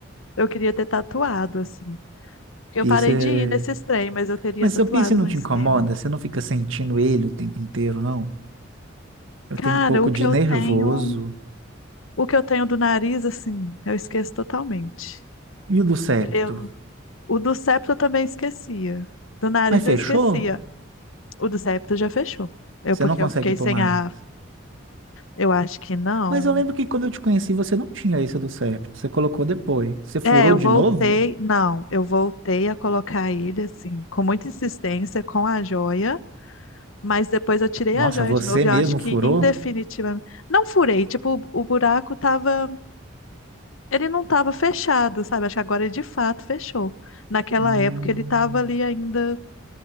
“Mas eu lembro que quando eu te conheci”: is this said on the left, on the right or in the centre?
Right